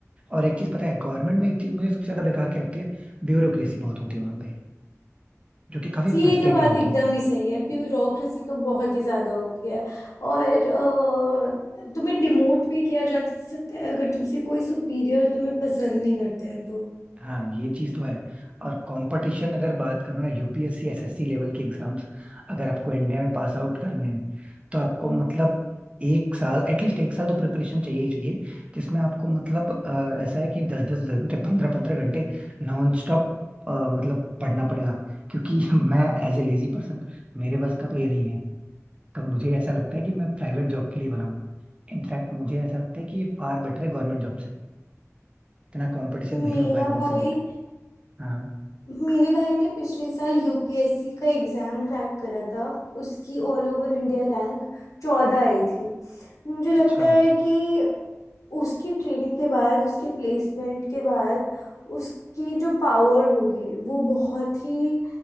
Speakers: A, on the right (about 20°); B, on the left (about 80°).
A: और एक चीज पता है गवर्नमेंट में एक चीज मुझे सबसे ज्यादा बेकार क्या लगती है ब्यूरोक्रेसी बहुत होती है वहां पे जो कि काफी
B: तो ये
A: फ्रस्ट्रेटिंग
B: तो बात
A: होती
B: एकदम
A: है
B: ही सही है ब्यूरोक्रेसी तो बहुत ही ज्यादा होती है और अ, तुम्हें डिमोट भी किया जा सकता है अगर तुमसे कोई सुपीरियर तुम्हें पसंद नहीं करता है तो
A: हाँ ये चीज तो है और कंपटीशन अगर बात करो ना यूपीएससी एसएससी लेवल के एग्जाम्स अगर आपको इंडिया में पास आउट करने हैं तो आपको मतलब एक साल एटलीस्ट एक साल तो प्रिपरेशन चाहिए ही चाहिए जिसमें आपको मतलब अ, ऐसा है कि दस दस घंटे पंद्रह पंद्रह घंटे नॉन स्टॉप मतलब पढ़ना पड़ेगा क्योंकि <laughs> मैं एज ए लेजी पर्सन मेरे बस का तो ये नहीं है तो मुझे ऐसा लगता है कि मैं प्राइवेट जॉब के लिए बनाऊं इनफैक्ट मुझे ऐसा लगता है कि ये फार बेटर है गवर्नमेंट जॉब से इतना कंपटीशन नहीं
B: मेरा
A: हो पाएगा
B: भाई
A: उनसे बेट हाँ
B: मेरे भाई ने पिछले साल यूपीएससी का एग्जाम क्रैक करा था उसकी ऑल ओवर इंडिया रैंक चौदह आई थी मुझे लगता
A: अच्छा
B: है कि उसकी ट्रेनिंग के बाद उसके प्लेसमेंट के बाद उसकी जो पावर होगी वो बहुत ही